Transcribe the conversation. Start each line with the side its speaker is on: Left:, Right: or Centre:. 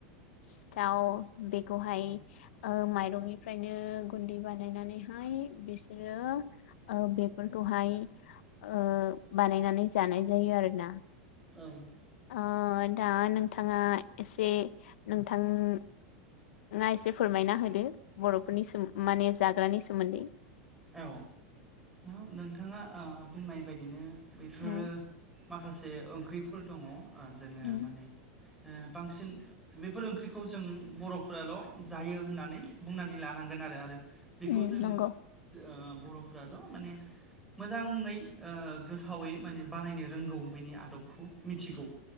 Left: सिथाव बेखौहाय
Centre: औ
Left: माइरंनि बिनो गुन्दै बानायनानैहाय बिसोरो बेफोरखौहाय ओ बानायनानै जानाय जायो आरोना।
Centre: औ
Left: ओ दा नोंथांङा एसे नोंथां। नोंथांआ एसे फोरमायना होदो बरफोरनि सोमोन्दै माने जाग्रानि सोमोन्दै।
Centre: औ औ नोंथांङा बुंनाय बायदिनो बेफोरो।
Left: उम
Centre: माखासे ओंख्रिफोर दङ जोंङो
Left: उम
Centre: माने। ओ बांसिन बेफोर ओंख्रिखौ जों बरफोराल जायो होननानै बुंनानै लानांगोन आरो आरो। बेखौ
Left: उम
Centre: जोंङो
Left: नंगौ
Centre: बरफ्राल माने। मोजांङै गोथावै माने बानायनो रोंगौ बेनि आदबखौ मिथिगौ।